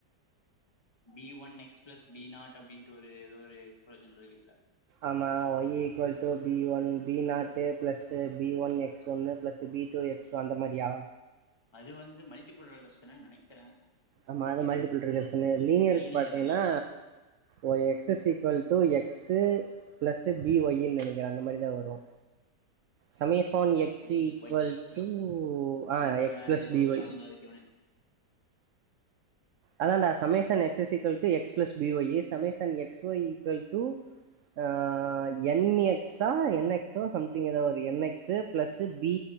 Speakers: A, on the left; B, on the right.
A: B one X plus B naught அப்டின்ட்டு ஒரு ஏத ஒரு எக்ஸ்பிரஷன் இருக்குல்ல
B: ஆமா Y equal to B one B naught plus B one X ஒன்ன plus B two X so அந்த மாரியா
A: அது வந்து மல்டிபரர்ஷு நெனைக்கறே
B: ஆமா அது மாரி பண்றது இருக்க லீனியக்கு
A: லீனியர்
B: பாத்தீங்கன்னா
A: ரெகரஷன்
B: ஒரு X excess equal to egg square X plus B ஒய்ன்னு நெனைக்கறே அந்த மாரி தா வரு சமய சோன்
A: பிளஸ்
B: எக்ஸ்
A: பி
B: இ ஈக்வல்ட்டு
A: ஒய்
B: ஆ
A: இங்க
B: எக்ஸ்
A: வேற
B: ப்ளஸ்
A: ஏதோ
B: பி
A: ஒரு
B: ஒய்
A: ஃபார்முலா இருக்கு இவனே
B: அதாடா சபேசன் X equal to X plus B Y சபேசன் எக்ஸ் ஒய் இக்வல்ட்டு ஆ என் எக்ஸ் ஆ என் எக்சோ சம்திங் ஏதோ N X plus B B